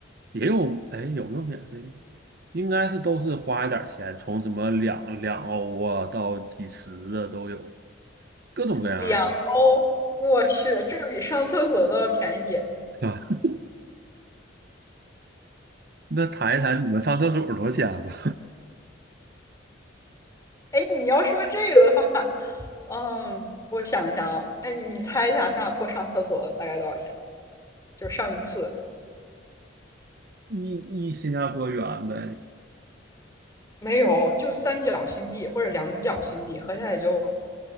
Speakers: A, on the right; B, on the left.
A: 也有，哎，有没有免费的？应该是都是花一点钱，从什么两两欧啊到几十的都有，各种各样的，
B: 两欧，哦我去，这个比上厕所都要便宜。
A: 是那谈一谈你们上厕所多少钱吧？
B: 哎，你要说这个的话，嗯，我想一下啊，哎，你猜一下新加坡上厕所大概多少钱？就是上一次
A: 一一新加坡远呗，
B: 没有，就三角新币或者两角新币，合下来也就